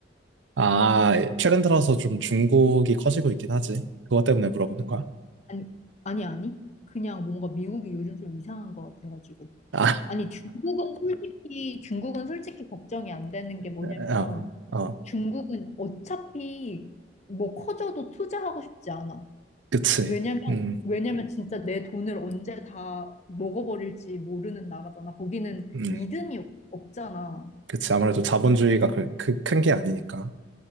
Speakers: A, on the right; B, on the left.
A: 아, 최근 들어서 좀 중국이 커지고 있긴 하지. 그것 때문에 물어보는 거야?
B: 아니, 아니, 아니. 그냥 뭔가 미국이 요즘 좀 이상한 것 같아가지고.
A: 아,
B: 아니, 중국은 솔직히, 중국은 솔직히 걱정이 안 되는 게 뭐냐면,
A: 어, 어,
B: 중국은 어차피 뭐 커져도 투자하고 싶지 않아.
A: 그치.
B: 왜냐면,
A: 음,
B: 왜냐면 진짜 내 돈을 언제 다 먹어버릴지 모르는 나라잖아. 거기는
A: 음,
B: 믿음이 없- 없잖아.
A: 그치. 아무래도 자본주의가 그, 그 큰 게 아니니까.